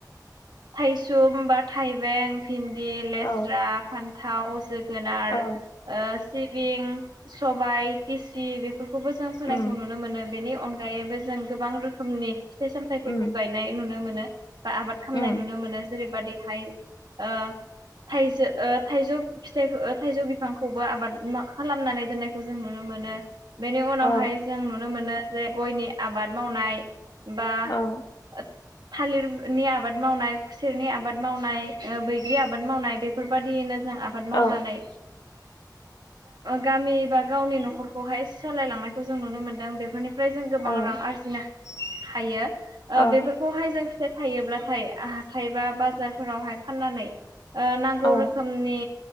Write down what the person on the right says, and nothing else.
थाइसुम बा थाइबें भिन्दि लेस्रा
थाव जोगोनार
सिबिं सबाय फिसि बेफोरखौ खौबो जों फोनायखौ
नुनो मोनो बेनि अनगायैबो जों गोबां रोखोमनि फिथाइ - सामथाइफोरखौ
गायनाय नुनो मोनो बा आबाद खालामनाय
नुनो मोनो जेरैबादिहाय ओ थाइजौ - थाइजौ फिथाइखौ थाइजौ बिफांखौबो आबाद खालामनानै दोननायखौ जों नुनो मोनो बेनि उनावहाय
जों नुनो मोनो जे गयनि आबाद मावनाय बा
<unintelligible> थालिरनि आबाद मावनाय खुसेरनि आबाद मावनाय बैग्रि आबाद मावनाय बेफोरबायदियैनो जों आबाद
मावनानै गामि बा गावनि न'खरखौहाय सालायलांनायखौ जों नुनो मोनदों बेफोरनि जों गोबां
रां आरजिनो हायो
बेफोरखौहाय जों फि थायोब्लाथाय हाइबा बाजारफोरावहाय फाननानै नांगौ
रोखोमनि